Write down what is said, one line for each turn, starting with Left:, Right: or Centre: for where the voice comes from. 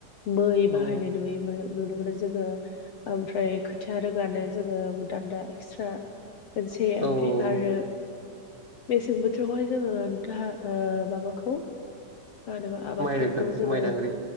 Left: मै
Right: औ
Left: बाहायनाय नुय नुनो मोनो जोङो ओमफ्राय खोथिया रोगानो जोङो दान्दा एक्सट्रा मोनसे ओमफ्राय
Right: औ
Left: आरो मेसें बोथोरावहाय जोङो दाहा ओ माबाखौ मा होनोबा आबादफोरखौ
Right: माइ रोगानो
Left: जोङो
Right: माइ दांग्रि